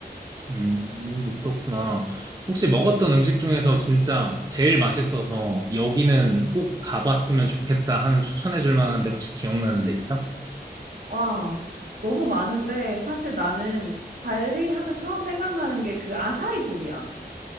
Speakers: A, on the right (about 25°); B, on the right (about 60°).
A: 음, 그렇구나. 혹시 먹었던 음식 중에서 진짜 제일 맛있어서 여기는 꼭 가봤으면 좋겠다 하는 추천해 줄 만한데 혹시 기억나는 데 있어?
B: 와, 너무 많은데 사실 나는 발리 하면 처음 생각나는 게 그 아사이볼이야.